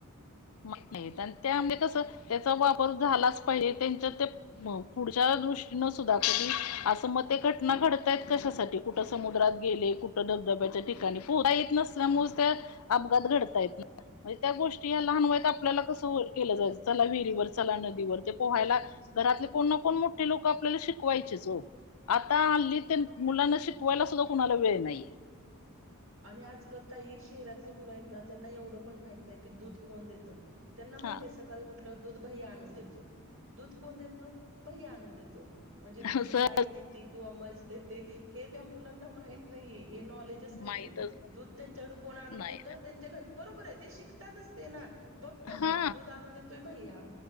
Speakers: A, on the left; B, on the right.
A: नाही आणि त्या म्ह कस त्याचा वापर झालाच पाहिजे त्यांच्या ते. मग पुढच्या दृष्टीनं सुद्धा कधी असं मत घटना घडतायत कशासाठी. कुठं समुद्रात गेले कुठं धबधब्याच्या ठिकाणी पोहता येत नसल्यामुळे त्या. अपघात घडतायेत म्हणजे त्या गोष्टी या लहान वयत आपल्याला कसं होईल. केलं जायंच. चला विहिरीवर. चला नदीवर. ते पोहायला घरातले कोण ना कोण मोठे लोक आपल्याला शिकवायचेच हो. आता हल्ली तेन मुलांना शिकवायला सुद्धा कुणाला वेळ नाहीये.
B: आणि आजकाल ताई, शहरातली मुलं आहेत ना. त्यांना एवढं पण माहित नाही की दूध कोण देत. त्यांना माहित
A: हा
B: आहेे सकाळी उठल्यावर दूध भैया आणून देतो. दूध कोण देत. भैया आणून देतो. म्हणजे दूध
A: असं
B: गाय देते किंवा म्हैस देते. हे मुलांना माहीत नाहीये. हे नॉलेजच नाहीये.
A: माहितच
B: दूध त्यांच्याकड कोण आणून
A: नाही
B: देत त्यांच्या घ बरोबरे ते शिकतातच ते ना. बगतायेत
A: हा
B: रोज दूध देतोय भैया.